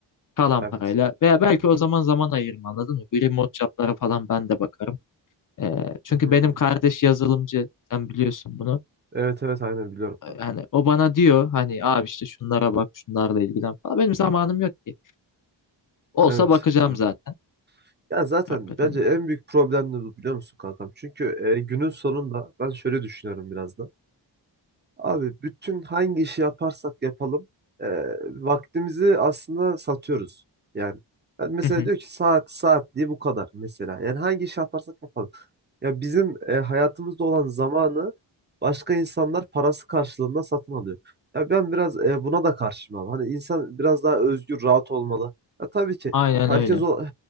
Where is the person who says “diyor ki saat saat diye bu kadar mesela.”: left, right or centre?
Right